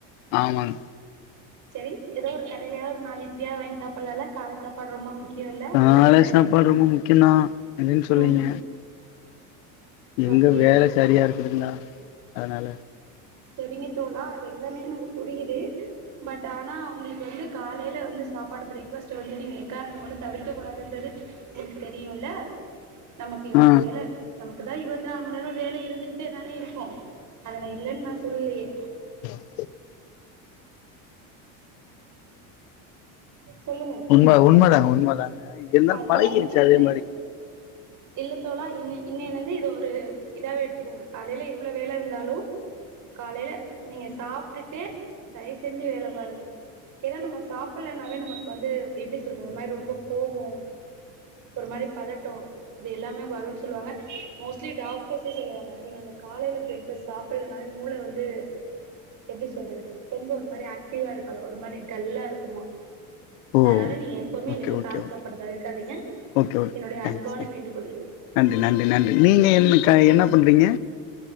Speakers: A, on the left; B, on the right.
A: ஆமாங்க
B: சேரி ஏதோ ஒரு கடைலயாது ஒரு நாலு இட்லியா வாங்கி சாப்பிடலாம்ல கால சாப்பாடு ரொம்ப முக்கியம் இல்லை
A: கால
B: உடம்புக்கு
A: சாப்பாடு ரொம்ப முக்கியம்தா இல்லைன்னு சொல்லீங்க
B: ம்
A: எங்க
B: ஓகே
A: வேல சரியா இருக்குதுங்களா அதுனால
B: சரிங்க தோழா அது எல்லாமே எனக்கு புரியுது பட் ஆனா அவங்களுக்கு வந்து காலைல வந்து சாப்பாடு பிரேக் பாஸ்ட் அ வந்து நீங்க எக்காரணத்த கொண்டு தவிர்க்க கூடாதுன்றது உங்களுக்கு தெரியுல நமக்கு
A: ஆ
B: வேல நமக்கு தா இருவத்து நாலு மணி நேரோ வேல இருந்துட்டே தானே இருக்கு அத நா இல்லன்னு நா சொல்லயே
A: உ
B: சொல்லுங்க
A: உண்மதா உண்மதா எல்லா
B: அதனால
A: பழகிருச்சி
B: நீங்க வந்து
A: அதே மாரி
B: இல்ல தோழா இன்ன இன்னையில இருந்து இது ஒரு இதாவே எடுத்துக்கோங்க காலைல எவ்ளோ வேல இருந்தாலு காலைல நீங்க சாப்பிட்டுட்டு தயவு செஞ்சு வேல பாருங்க ஏதா நம்ம சாப்டலனாவே நமக்கு வந்து எப்படி சொல்றது ஒரு மாதிரி ரொம்ப கோவோ ஒரு மாரி பதட்டோ இது எல்லாமே வருன்னு சொல்வாங்க மோஸ்ட்லி டாக்டர்ஸே சொல்லுவாங்க நீங்க அந்த காலையில பிரேக் பாஸ்ட் சாப் ள்ளனாலே மூள வந்து எப்டி சொல்றது ரொம்ப ஒரு மாரி ஆக்டிவா இருக்காதா ஒரு மாரி டல்லா இருக்குமா
A: ஓ
B: அதுனால நீங்க எப்பவுமே இனிமேல்
A: ஓகே ஓகே
B: கால
A: ஓகே
B: சாப்பாடு தவிர்காதீங்க
A: ஓகே ஓகே
B: என்னுடைய
A: தேங்க்ஸ்
B: அன்பான
A: தேங்க்ஸ்
B: வேண்டு புரியுது
A: நன்றி நன்றி நன்றி நீங்க என் என்ன பண்றீங்க